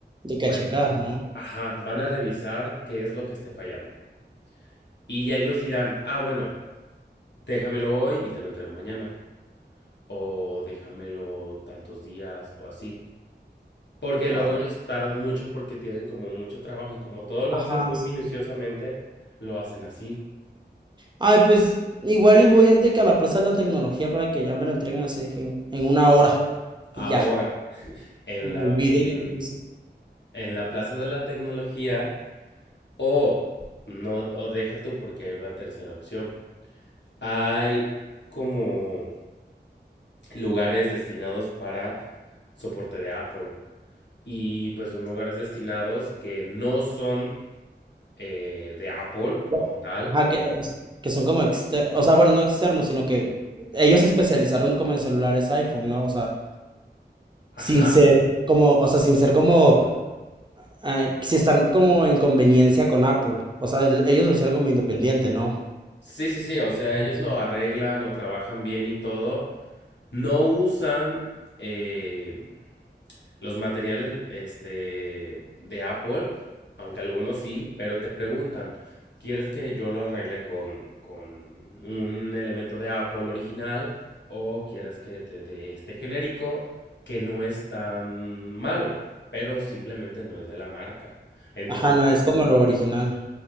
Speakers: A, on the right; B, on the left.
A: de que
B: pues,
A: a checar, ¿no?
B: ajá, van a revisar qué es lo que esté fallando. Y ya ellos dirán, ah, bueno, déjamelo hoy y te lo entrego mañana. o déjamelo tantos días o así. Porque
A: Oh,
B: luego ellos tardan mucho porque tienen como mucho trabajo y como todos lo
A: ajá,
B: hacen muy
A: sí.
B: minuciosamente, lo hacen así.
A: Ay, pues igual y voy a- de que a la Plaza de la Tecnología para que ya me lo entreguen así de que en, en una hora
B: Ahora,
A: y ya.
B: en
A: Me
B: la,
A: olvido
B: en,
A: yo de eso.
B: en la Plaza de la Tecnología, o no, o deja tú porque hay una tercera opción. Hay como lugares destinados para soporte de Apple. Y pues son lugares destinados que no son eh, de Apple
A: Bu-
B: como tal.
A: Ajá, que, es- que son como externos, o sea, bueno, no externos, sino que ellos se especializaron como en celulares iPhone, ¿no? O sea,
B: Ajá,
A: sin ser como, o sea, sin ser como ah, si están como en conveniencia con Apple. O sea, el- ellos lo hicieron como independiente, ¿no?
B: Sí, sí, sí, o sea, ellos
A: Sí.
B: lo arreglan, lo trabajan bien y todo. No usan eh, los materiales este, de Apple, aunque algunos sí, pero te preguntan, ¿quieres que yo lo arregle con, con un elemento de Apple original o quieres que te dé este genérico que no es tan malo, pero simplemente no es de la marca? Entonces,
A: Ajá, no, es como lo original.